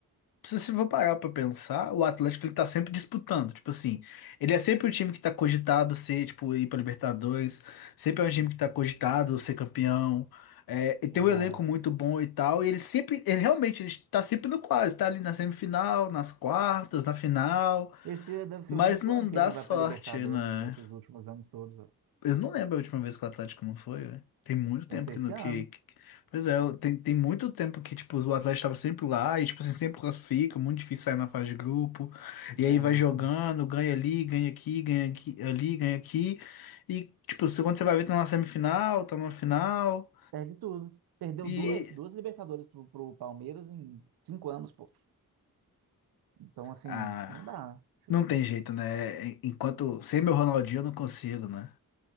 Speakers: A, on the left (about 75°); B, on the right (about 80°).
A: se você for parar pra pensar, o Atlético ele tá sempre disputando. Tipo assim, ele é sempre o time que tá cogitado ser, tipo, ir pra Libertadores, sempre é um time que tá cogitado ser campeão. É... E tem
B: Exato.
A: um elenco muito bom e tal. E ele sempre, ele realmente, ele tá sempre no quase, tá ali na semifinal, nas quartas, na final.
B: Esse deve ser
A: Mas
B: o único
A: não
B: ano que
A: dá
B: ele não vai
A: sorte,
B: para Libertadores
A: né?
B: desses últimos anos todos, velho.
A: Eu não lembro a última vez que o Atlético não foi, né? Tem muito tempo
B: Vai ser
A: que,
B: esse
A: no- que,
B: ano.
A: que... Pois é, eu- tem, tem muito tempo que, tipo, o Atlético tava sempre lá e, tipo, assim, sempre classifica, muito difícil sair na fase de grupo.
B: Muito.
A: E aí vai jogando, ganha ali, ganha aqui, ganha aqui, ali, ganha aqui. E, tipo, se- quando você vai ver, tá na semifinal, tá numa final.
B: Perde tudo. Perdeu
A: E...
B: duas, duas Libertadores pro, pro Palmeiras em cinco anos, pô. Então, assim,
A: Ah,
B: não dá. Deixa
A: não tem jeito, né? Enquanto... Sem meu Ronaldinho eu não consigo, né?